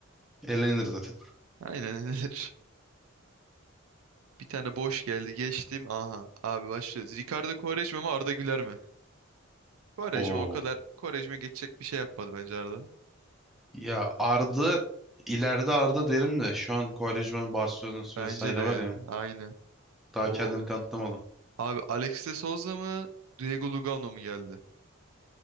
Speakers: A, in the centre; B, on the right (about 75°).
A: Eğlenir zaten.
B: Aynen nedir? <laughs> Bir tane boş geldi geçtim. Aha abi başlıyoruz. Ricardo Quaresma mı Arda Güler mi? Quaresma
A: Oo.
B: o kadar Quaresma geçecek bir şey yapmadı bence Arda.
A: Ya Arda ileride Arda derim de şu an Quaresma'nın Barcelona'sı
B: Bence
A: vesaire
B: de ya.
A: var ya.
B: Aynı.
A: Daha
B: Oo.
A: kendini kanıtlamadı.
B: Abi Alex de Souza mı Diego Lugano mu geldi?